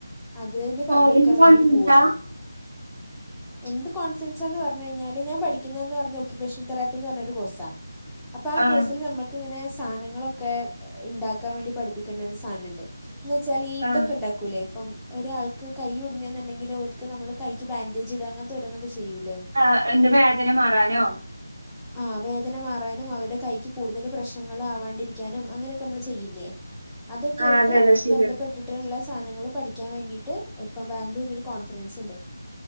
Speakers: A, in the centre; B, on the right (about 55°).
A: അതിന്
B: ഓ
A: പങ്കെടുക്കാൻ
B: എന്ത്
A: വേണ്ടിട്ട്
B: കോൺഫിഡൻസാ?
A: പോവാ
B: <inaudible>
A: എന്ത് കോൺഫിഡൻസാന്ന് പറഞ് കയിഞ്ഞാല് ഞാൻ പഠിക്കുന്നന്ന് പറഞ്ഞ ഒകുപ്പേഷൻ തെറാപ്പിന്ന് പറഞ്ഞ ഒരു കോഴ്സാ അപ്പൾ ആ
B: ആഹ്
A: കോഴ്സിൽ നമൾക്ക്ങ്ങനെ സാനങ്ങളൊക്കെ ഉണ്ടാക്കാൻ വേണ്ടി പഠിപ്പിക്കേണ്ട ഒരു സാനണ്ട് ന്ന് വെച്ചാല് ഈ ഇതൊക്കെ
B: ആഹ്
A: ഉണ്ടാക്കും ക്കുലെ ഇപ്പം ഒരാൾക്ക് കൈ ഉടിഞ്ഞെന്നുണ്ടെങ്കിൽ ഓൽക്ക്‌ നമ്മൾ കൈക്ക് ബാൻഡേജ് ഇടാ അങ്ങനത്തെ ഓരോന്നൊക്കെ ചെയ്യൂലെ
B: ആ എന്ത് വേദന മാറാനോ?
A: ആഹ് വേദന മാറാനും അവരുടെ കൈയ്ക്ക് കൂടുതൽ പ്രശ്നങ്ങൾ ആവാണ്ടിരിക്കാനും അങ്ങനെയൊക്കെ നമ്മള് ചെയ്യില്ലേ അതൊക്കെ
B: ആഹ്
A: ആയിട്ട്
B: അതെ അതെ ശരിയാ.
A: ബന്ധപ്പെട്ടിട്ട് മറ്റുള്ള സാധനങ്ങൾ പഠിക്കാൻ വേണ്ടിട്ട് ഇപ്പം ബാംഗ്ലൂര് ഒരു കോൺഫറൻസ് ഉണ്ട്